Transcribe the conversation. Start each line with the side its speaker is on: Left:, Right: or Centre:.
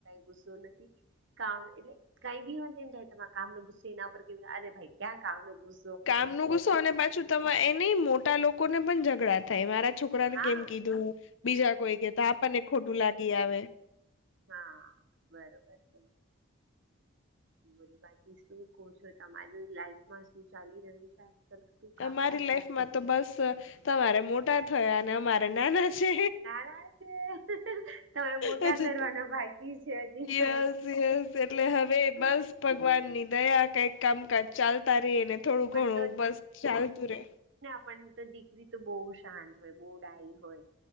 Right: ુસ્ો નથી એટલે ક બી તમા. કામ નોુસ્સે એના પર કે અરે ભાઈ ક્યા કામ નોુસ્.
Left: કામ ન કુસો અને પાછું ત એ નહી મોટા લોકોને પણ ઝઘડા થાય મારા. છોકરાને
Right: હા
Left: કેમ કીધું બીજા કોઈ કેતા
Right: હમ,
Left: આપણને ખોટું લાગી આવે.
Right: હા બરોબર છે. મને બાકી શું કહ છો તમારું લાઈફમાં શું ચાલી રહ્યું છે. આજકાલ શું કામકાજ
Left: અમારી લાઈફમાં
Right: ચાલે છે?
Left: તો બસ તમારે મોટા થયા અને અમારે નાના. છે
Right: નાના છે તમે મોટા
Left: હજુ
Right: કરવાના
Left: તો
Right: બાકી. છે હજી
Left: યસ યસ એટલે હવે
Right: હમ.
Left: બસ ભગવાનની દયા. કઈક કામકાજ ચાલતા રે ને થોડું
Right: પણ
Left: ઘણું બસ ચાલતું રે.
Right: પણ તો દીકરી તો બહુ શાંત હોય બહુ ડાયી હોય.